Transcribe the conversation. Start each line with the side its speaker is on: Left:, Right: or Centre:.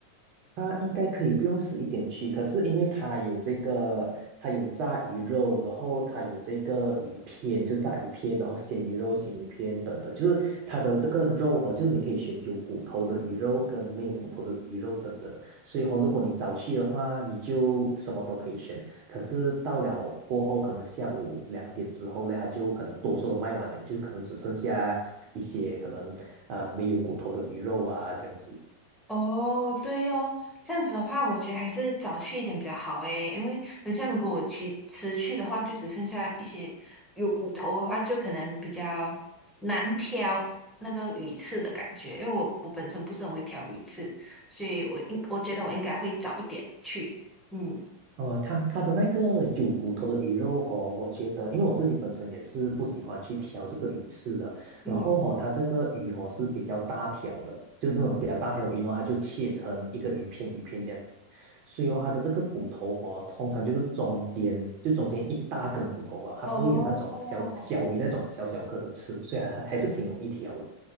Right: 它应该可以不用死一点去，可是因为它有这个，它有炸鱼肉，然后它有这个鱼片，就炸鱼片，然后鲜鱼肉、鲜鱼片等等，就是它的这个肉哦，就是你可以选有骨头的鱼肉跟没有骨头的鱼肉等等的。所以哦，如果你早去的话，你就什么都可以选。可是到了过后，可能下午两点之后呢，它就可能多数都卖完了，就可能只剩下一些可能啊、没有骨头的鱼肉啊这样子。
Centre: <laughs> 哦，对哦，这样子的话，我觉得还是早去一点比较好诶，因为等下如果我去迟去的话，就只剩下一些有骨头的话，就可能比较难挑那个鱼刺的感觉，因为我我本身不是很会挑鱼刺，所以我应我觉得我应该会早一点去，嗯。
Right: 呃，它它的那个有骨头的鱼肉哦，我觉得，因为我自己本身也是不喜欢去挑这个鱼刺的。
Centre: 嗯，
Right: 然后哦，它这个鱼哦是比较大条的，就是那种比较大条鱼呢，它就切成一个鱼片鱼片这样子。所以哦，它的这个骨头哦，通常就是中间就中间一大根骨头吧，它不会有那种小小鱼那种小小个的刺，
Centre: 哦
Right: 所以还还还是挺容易挑的。